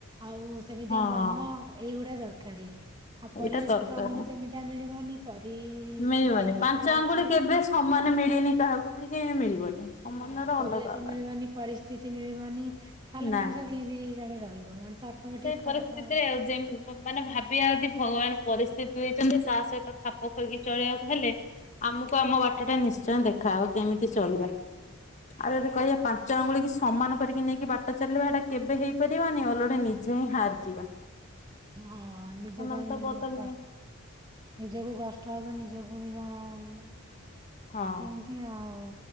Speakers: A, on the right (about 20°); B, on the left (about 35°).
A: ଆଉ ସେମିତିଆ
B: ହଁ
A: ମନ ଏଇଗୁଡ଼ା ଦରକାରେ ଆଉ ପରିବେଶ
B: ଏଇଟା ଦରକାର।
A: ତ ଆମକୁ ସେମିତିଆ ମିଳିବନି। ପରିସ୍ଥିତି
B: ମିଳିବନି।
A: ଆମର
B: ପାଞ୍ଚ
A: ଖରାପ
B: ଆଙ୍ଗୁଳି
A: ଭଳିଆ
B: କେବେ ସମାନ ମିଳେନି କାହାକୁ କି ମିଳିବନି। ସମାନର
A: ହଁ ପରିବେଶ
B: ଅଲଗା ଅଲଗା।
A: ମିଳିବନି ପରିସ୍ଥିତି ମିଳିବନି, ତାହେଲେ
B: ନାଇଁ।
A: ମଣିଷ କେମିତି ଜଣେ ରହିବ ମଣିଷ ଅଟୋମେଟିକ
B: ସେଇ
A: ଖରାପ
B: ପରିସ୍ଥିତିରେ
A: ହବ
B: ଜେମ୍ ମାନେ ଭାବିବା ଆଉ କି ଭଗବାନ ପରିସ୍ଥିତି ଦେଇଚନ୍ତି ତା ସହିତ ଖାପ ଖୁଏଇକି ଚଳିବାକୁ ହେଲେ ଆମକୁ ଆମ ବାଟରେ ନି ଶ୍ଚୟ ଦେଖାହବ କେମିତି ଚଳିବା? ଆଉ ଯଦି କହିବା ପାଞ୍ଚ ଆଙ୍ଗୁଠି କି ସମାନ କରିକି ନେଇକି ବାଟ ଚାଲିବ, ଏଟା କେବେ ହେଇପାରିବନି ଅଲୋଡ଼ା ନି ଯାଇ ହାରିଯିବା।
A: ହଁ ନିଜ
B: ସେମାନେ
A: ପାଇଁ
B: ତ ବଦଳିବେ
A: କଷ୍ ନିଜ ପାଇଁ ସବୁ କଷ୍ଟ ହବ ନିଜକୁ ବି ଜଣା ଏମିତି
B: ହଁ।
A: ଆଉ